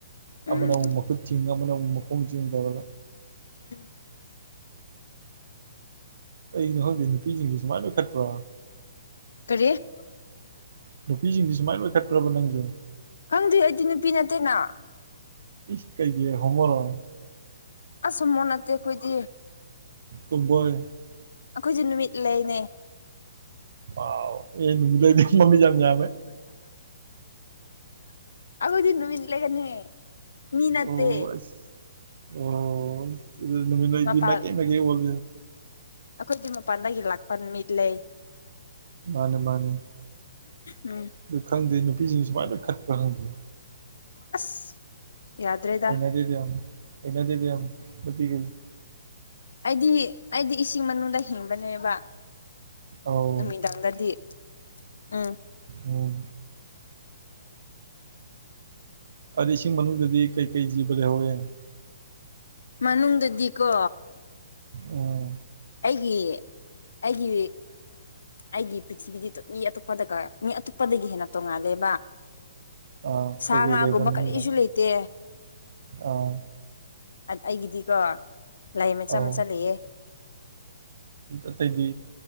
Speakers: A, on the left (about 85°); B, on the right (about 50°).
A: ꯎꯝ
B: ꯑꯃꯅꯧꯕ ꯃꯈꯨꯠꯁꯤꯡꯤꯡ ꯑꯃꯅꯧꯕ ꯃꯈꯣꯡꯁꯤꯡꯤꯡ ꯇꯧꯔꯒ
A: ꯎꯝ
B: ꯀꯩꯒꯤꯅꯣ ꯈꯪꯗꯦ ꯅꯨꯄꯤꯁꯤꯡꯁꯦ ꯁꯨꯃꯥꯏꯅ ꯂꯣꯏꯅ ꯈꯠꯄ꯭ꯔꯣ
A: ꯀꯔꯤꯠ
B: ꯅꯨꯄꯤꯁꯤꯡꯁꯤ ꯁꯨꯃꯥꯏꯅ ꯂꯣꯏꯈꯠꯇ꯭ꯔꯕ ꯅꯪꯁꯨ
A: ꯈꯪꯗꯦ ꯑꯩꯗꯤ ꯅꯨꯄꯤ ꯅꯠꯇꯦꯅ
B: ꯏꯁ ꯀꯩꯒꯤ ꯍꯣꯃꯣꯔꯣ
A: ꯑꯁꯨꯝ ꯃꯨ ꯅꯠꯇꯦ ꯑꯩꯈꯣꯏꯗꯤ
B: ꯇꯕꯣꯏ
A: ꯑꯩꯈꯣꯏꯁꯨꯦ ꯅꯨꯃꯤꯠ ꯂꯩꯅꯦ
B: ꯑꯥꯎ ꯑꯦꯐ ꯕꯤꯗꯗꯤ ꯃꯃꯤꯠ ꯌꯥꯝꯝꯦ
A: ꯑꯈꯗꯤꯨ ꯃꯤ ꯂꯩꯒꯅꯤ ꯃꯤ ꯅꯠꯇꯦ
B: ꯑꯣ ꯑꯁ ꯑꯣ ꯅꯨꯃꯤ ꯂꯗꯤ
A: ꯃꯄꯥꯟ
B: ꯃ ꯀ ꯃ ꯀꯩꯣꯜ
A: ꯑꯩꯈꯣꯏꯗꯤ ꯃꯄꯥꯟꯗꯒꯤ ꯂꯥꯛꯄ ꯅꯨꯃꯤꯠ ꯂꯩ
B: ꯃꯥꯅꯤ ꯃꯥꯅꯤ
A: ꯎꯝ
B: ꯑꯗꯨ ꯈꯪꯗꯦ ꯅꯨꯄꯤꯁꯤꯡ ꯁꯨꯃꯥꯏꯅ ꯈꯠꯄ꯭ꯔꯥ ꯈꯪꯗꯦ
A: ꯑꯁ ꯌꯥꯗ꯭ꯔꯦꯗ
B: ꯑꯩꯅꯗꯗ ꯌꯥꯝꯨ ꯑꯩꯅꯗꯗꯨ ꯂ ꯄꯤꯒ
A: ꯑꯩꯗꯤ ꯑꯩꯗꯤ ꯏꯁꯤꯡ ꯃꯅꯨꯡꯗ ꯍꯤꯡꯕꯅꯦꯕ
B: ꯑꯧ
A: ꯅꯨꯃꯤꯗꯥꯡꯗꯗꯤ ꯎꯝ
B: ꯑꯣ ꯑꯗꯨꯗꯤ ꯏꯁꯤꯡ ꯃꯅꯨꯡꯗꯗꯤ ꯀꯩꯀꯩ ꯖꯤꯕ ꯂꯩꯍꯧꯋꯦ
A: ꯃꯥꯅꯨꯡꯗꯗꯤꯀꯣ
B: ꯑꯣ
A: ꯑꯩꯒꯤ ꯑꯩꯒꯤ ꯑꯩꯒꯤ ꯄ꯭ꯔꯤꯊꯤꯕꯤꯗꯤ ꯃꯤ ꯑꯇꯣꯞꯄꯗꯒ ꯃꯤ ꯑꯇꯣꯞꯄꯗꯒꯤ ꯍꯦꯟꯅ ꯇꯣꯡꯉꯥꯜꯂꯦꯕ
B: ꯑꯥ
A: ꯁꯥ
B: ꯀꯩꯀꯩ
A: ꯉꯥꯒꯨꯝꯕ
B: ꯂꯩꯕ ꯃꯅꯨꯡꯗ
A: ꯀꯔꯤꯁꯨ ꯂꯩꯇꯦ
B: ꯑꯥ
A: ꯑꯩꯒꯤꯗꯤꯀꯣ ꯂꯥꯏ ꯃꯆꯥ
B: ꯑꯧ
A: ꯃꯆꯥ ꯂꯩꯌꯦꯦ
B: ꯑꯇꯩꯗꯤ